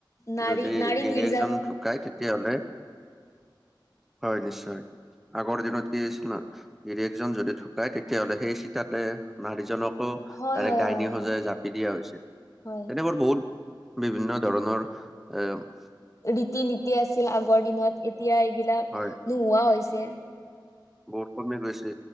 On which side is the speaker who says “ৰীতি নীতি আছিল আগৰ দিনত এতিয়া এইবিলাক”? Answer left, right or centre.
Left